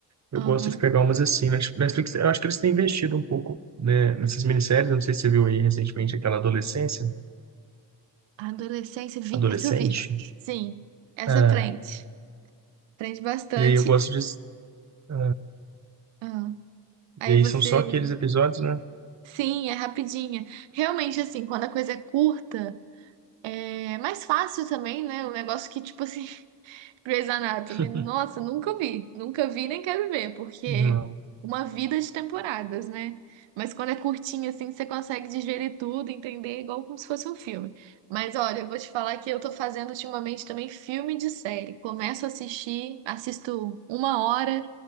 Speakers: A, on the right (about 40°); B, on the right (about 85°).
A: Eu
B: Aham.
A: gosto de pegar umas assim. Net- Netflix, eu acho que eles têm investido um pouco, né, nessas minisséries. Eu Não sei se você viu aí recentemente aquela Adolescência,
B: Adolescência, vi,
A: Adolescente.
B: essa eu vi. Sim, essa
A: É,
B: prende. Prende bastante.
A: e aí eu gosto de. é,
B: Ah. Aí
A: e aí
B: você.
A: são só aqueles episódios, né?
B: Sim, é rapidinha. Realmente, assim, quando a coisa é curta, é mais fácil também, né? O negócio que, tipo assim, Grey's Anatomy,
A: <laughs>
B: nossa, nunca vi. Nunca vi nem quero ver, porque
A: Não,
B: uma vida de temporadas, né? Mas quando é curtinho assim, você consegue digerir tudo, entender igual como se fosse um filme. Mas olha, eu vou te falar que eu tô fazendo ultimamente também filme de série. Começo a assistir, assisto uma hora,